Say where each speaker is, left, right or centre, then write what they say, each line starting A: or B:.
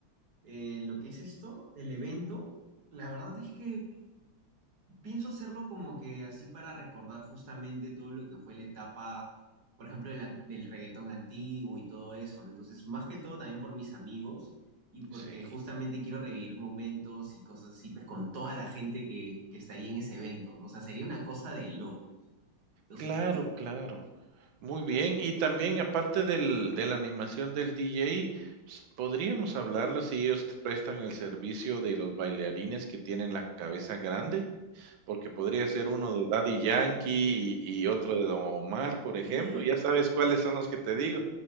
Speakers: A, on the right; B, on the right.
A: eh, lo que es esto, el evento, la verdad es que Pienso hacerlo como que así para recordar justamente todo lo que fue la etapa, por ejemplo, del, an- del reggaetón antiguo y todo eso, ¿no? Entonces, más que todo también por mis amigos y porque
B: Sí,
A: justamente quiero revivir momentos y cosas así, pues con toda la gente que, que estaría en ese evento, ¿no? O sea, sería una cosa de loco. Entonces,
B: claro,
A: no sé.
B: claro. Muy bien. Y también, aparte del de la animación del DJ, s- podríamos hablarles si ellos te prestan el servicio de los bailarines que tienen la cabeza grande, porque podría ser uno de Daddy Yankee y, y otro de Don Omar, por ejemplo.
A: <laughs>
B: Ya sabes cuáles son los que te digo.